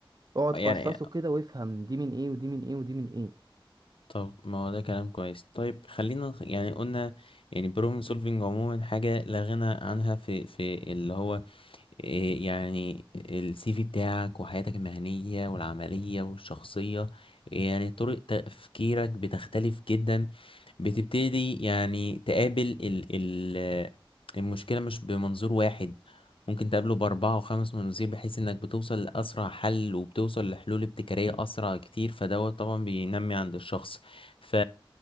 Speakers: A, on the right; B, on the left.
A: اقعد
B: يعني
A: فصصه كده وافهم دي من ايه ودي من ايه ودي من ايه
B: طب ما هو ده كلام كويس طيب خلينا نخ- يعني قلنا يعني بروبلم سولفينج عموما حاجة لا غنى عنها في في اللي هو إيه يعني السي في بتاعك وحياتك المهنية والعملية والشخصية يعني طرق تفكيرك بتختلف جدا بتبتدي يعني تقابل ال ال المشكلة مش بمنظور واحد ممكن تقابله بأربعة وخمس مناظير بحيث إنك بتوصل لأسرع حل وبتوصل لحلول ابتكارية أسرع كتير فدوت طبعا بينمي عند الشخص ف